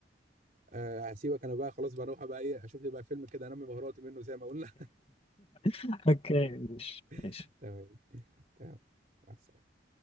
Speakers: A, on the right; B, on the left.
A: أه هسيبك انا بقى خلاص بقى اروح بقى ايه اشوف لي بقى فيلم كده انمي مهاراتي منه زي ما قلنا
B: <laughs> اوكي ماشي ماشي
A: <laughs> تمام تمام مع السلامه